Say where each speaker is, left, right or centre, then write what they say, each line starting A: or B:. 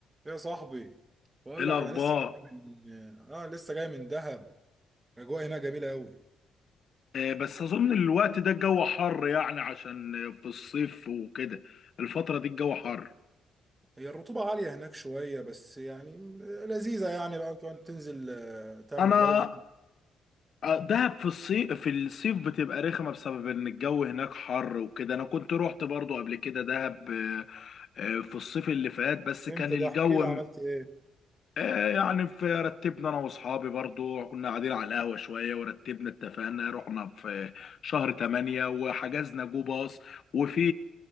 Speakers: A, on the right; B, on the left.
A: يا صاحبي بقول
B: ايه الاخبار
A: لك انا لسه جاي من اه لسه جاي من دهب الاجواء هناك جميله قوي
B: آه، بس اظن الوقت ده الجو حر يعني عشان في الصيف وكده الفتره دي الجو حر
A: هي الرطوبه عاليه هناك شويه بس يعني لذيذه يعني بقى كمان تنزل آه، تعمل
B: انا
A: دايفنج
B: آه، دهب في الصيف في الصيف بتبقى رخمه بسبب ان الجو هناك حر وكده انا كنت روحت برضو قبل كده دهب آه، آه، في الصيف اللي فات بس كان
A: امتى
B: الجو
A: ده احكي لي عملت ايه
B: آه، يعني في رتبنا انا واصحابي برضو كنا قاعدين على القهوه شويه ورتبنا اتفقنا رحنا في شهر 8 وحجزنا جو باص وفي